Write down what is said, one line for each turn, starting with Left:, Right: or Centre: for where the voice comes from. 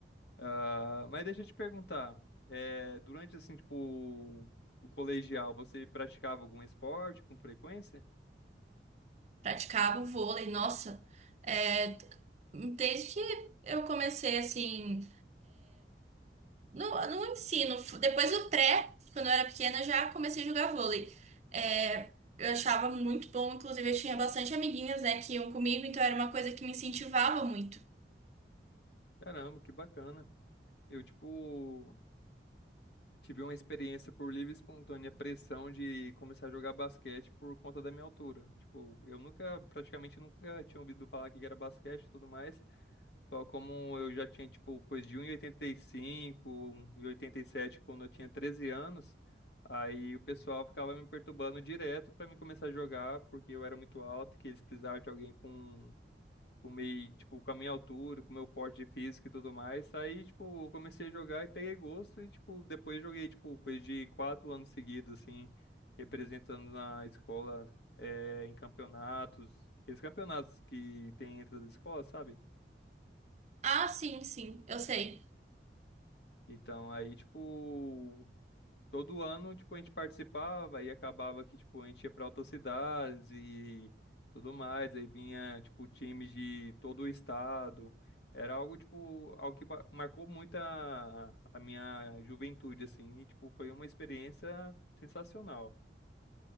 Left: Ah, mas deixa eu te perguntar, eh, durante assim, tipo, o colegial, você praticava algum esporte com frequência?
Right: praticava o vôlei, nossa, é, desde que eu comecei assim, no, no ensino, f- depois do pré, quando eu era pequena, eu já comecei a jogar vôlei. É, eu achava muito bom, inclusive eu tinha bastante amiguinhas, né, que iam comigo, então era uma coisa que me incentivava muito.
Left: Caramba, que bacana. Eu, tipo, tive uma experiência por livre e espontânea pressão de começar a jogar basquete por conta da minha altura. Tipo, eu nunca, praticamente nunca tinha ouvido falar que era basquete e tudo mais. Só como eu já tinha, tipo, coisa de um um e oitenta e cinco, um e oitenta oitenta cinco e sete quando eu tinha 13 anos, aí o pessoal ficava me perturbando direto pra mim começar a jogar, porque eu era muito alto, que eles precisavam de alguém com, com meio, tipo, com a minha altura, com o meu porte de físico e tudo mais. Aí, tipo, eu comecei a jogar e peguei gosto e, tipo, depois joguei, tipo, coisa de quatro anos seguidos, assim, representando na escola, eh, em campeonatos. Esses campeonatos que tem entre as escolas, sabe?
Right: Ah, sim, sim, eu sei.
Left: Então, aí, tipo, todo ano, tipo, a gente participava e acabava que, tipo, a gente ia pra outras cidades e tudo mais. Aí vinha, tipo, times de todo o estado. Era algo, tipo, algo que ba- marcou muito a, a minha juventude, assim. E, tipo, foi uma experiência sensacional.